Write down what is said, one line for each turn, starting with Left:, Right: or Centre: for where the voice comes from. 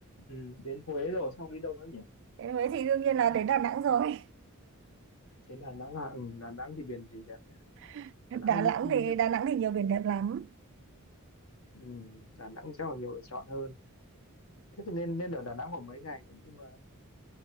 Left: Ừ, đến Huế rồi, xong đi đâu nữa nhỉ?
Right: thế mới thì đương nhiên
Left: Đến
Right: là đến
Left: Huế.
Right: Đà Nẵng rồi
Left: Đến Đà Nẵng à? Ừ, Đà Nẵng thì biển gì đẹp nhỉ?
Right: <laughs>
Left: Đà Nẵng
Right: Đà
Left: hình
Right: Nẵng
Left: như, như,
Right: thì
Left: như-
Right: Đà Nẵng thì nhiều biển đẹp lắm
Left: ừ, Đà Nẵng chắc là nhiều lựa chọn hơn. Thế thì nên nên ở Đà Nẵng khoảng mấy ngày nữa nhưng mà